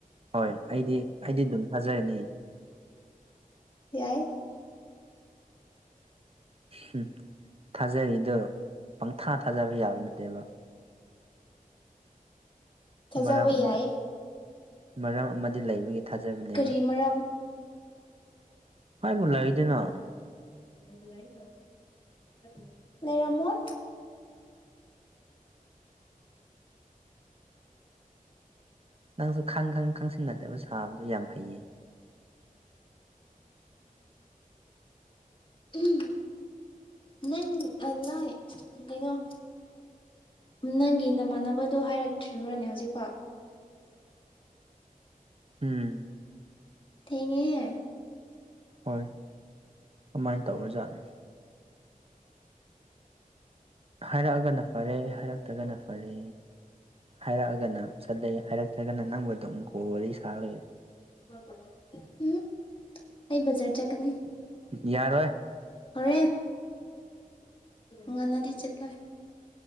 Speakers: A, on the right; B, on the left.
A: ꯍꯣꯏ ꯑꯩꯗꯤ ꯑꯩꯗꯤ ꯑꯗꯨꯝ ꯊꯥꯖꯔꯅꯤ
B: ꯌꯥꯏ
A: ꯍꯨꯝ ꯊꯥꯖꯔꯤꯗꯣ ꯄꯪꯊꯥ ꯊꯥꯖꯕ ꯌꯥꯕ ꯅꯠꯇꯦꯕ
B: ꯊꯥꯖꯕ
A: ꯃꯔꯝ ꯑꯃ
B: ꯌꯥꯏ
A: ꯃꯔꯝ ꯑꯃꯗꯤ ꯂꯩꯕꯒꯤ ꯊꯥꯖꯕꯅꯦꯕ
B: ꯀꯔꯤ ꯃꯔꯝ
A: ꯍꯥꯏꯕꯨ ꯂꯩꯗꯅ
B: <unintelligible> ꯂꯩꯔꯝꯃꯣꯏ
A: ꯅꯪꯁꯨ ꯈꯪ ꯈꯪ ꯈꯪꯁꯤꯟꯅꯗꯕ ꯁꯥꯕꯗꯨ ꯌꯥꯝ ꯍꯩꯌꯦ <inaudible>
B: ꯎꯝ ꯅꯪ ꯑ ꯅꯣꯏ ꯀꯩꯅꯣ ꯅꯪꯒꯤ ꯅꯃꯥꯟꯅꯕꯗꯣ ꯍꯥꯏꯔꯛꯇ꯭ꯔꯤꯕꯥꯅꯦ ꯍꯧꯖꯤꯛꯐꯥꯎ
A: ꯎꯝ
B: ꯊꯦꯡꯉꯦꯍꯦ꯫
A: ꯍꯣꯏ ꯀꯃꯥꯏꯟ ꯇꯧꯔꯖꯥꯠꯅꯣ꯫ ꯍꯥꯏꯔꯛꯑꯒꯅ ꯐꯔꯦ ꯍꯥꯏꯔꯛꯇ꯭ꯔꯒꯅ ꯐꯔꯦ꯫ ꯍꯥꯏꯔꯛꯑꯒꯅ ꯆꯠꯂꯦ ꯍꯥꯏꯔꯛꯇ꯭ꯔꯒꯅ ꯅꯪꯕꯨ ꯗꯨꯝ ꯀꯣꯜ ꯋꯥꯔꯤ ꯁꯥ ꯂꯩꯔꯦ꯫
B: <unintelligible> ꯎꯝ ꯑꯩ ꯕꯖꯔ ꯆꯠꯀꯅꯤ꯫
A: ꯌꯥꯔꯣꯏ꯫
B: ꯍꯣꯔꯦꯟ ꯉꯟꯅꯗꯤ ꯆꯠꯂꯣꯏ꯫